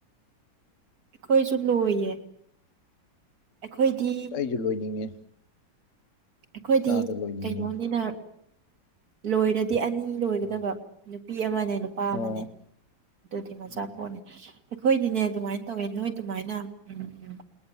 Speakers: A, on the right; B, on the left.
A: ꯑꯩꯈꯣꯏꯁꯨ ꯂꯣꯏꯌꯦ ꯑꯩꯈꯣꯏꯗꯤ
B: ꯑꯁ ꯑꯩꯁꯨ ꯂꯣꯏꯅꯤꯡꯉꯦ
A: ꯑꯩꯈꯣꯏꯗꯤ
B: ꯃꯆꯥꯗꯣ ꯂꯣꯏꯅꯤꯡꯉꯦ
A: ꯀꯩꯅꯣꯅꯤꯅ ꯂꯣꯏꯔꯗꯤ ꯗꯤ ꯑꯅꯤ ꯂꯣꯏꯒꯗꯕ
B: ꯑꯥ
A: ꯅꯨꯄꯤ ꯑꯃꯅꯦ ꯅꯨꯄꯥ
B: ꯑꯣ
A: ꯑꯃꯅꯦ ꯑꯗꯨꯗꯤ ꯃꯆꯥꯄꯣꯠꯅꯦ
B: ꯎꯝ
A: ꯑꯩꯈꯣꯏꯗꯤꯅꯦ ꯑꯗꯨꯃꯥꯏꯅ ꯇꯧꯋꯦ ꯅꯣꯏ ꯑꯗꯨꯃꯥꯏꯅ ꯎꯝ